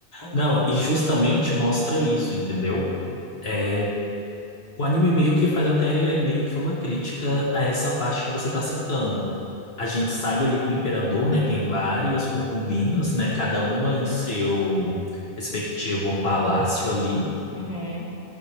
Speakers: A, on the left; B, on the left.
A: Não,
B: não vai-
A: e justamente mostra isso, entendeu? É, o anime meio que faz até meio que uma crítica a essa parte que você está citando. A gente sabe ali que o imperador, né, tem várias concubinas, né, cada uma em seu respectivo palácio ali,
B: Uhum.